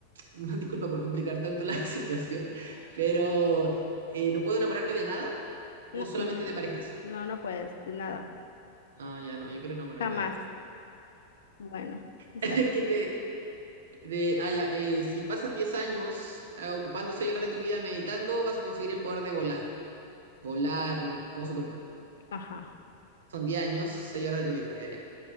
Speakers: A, on the right; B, on the left.
A: <laughs> disculpa por complicar tanto la <laughs> situación, pero eh, no puedo enamorarme de nada o
B: Mm-mm.
A: solamente de parejas.
B: No, no puedes, de nada.
A: Ah, ya no, yo quiero enamorarme
B: Jamás.
A: de todo.
B: Bueno, está
A: <laughs>
B: bien.
A: ¿Qué te, de, ah, ya, eh, si pasas 10 años ah, ocupando 6 horas de tu vida meditando, vas a conseguir el poder de volar. Volar como Superman.
B: Ajá.
A: Son 10 años, 6 horas de tu vida diaria.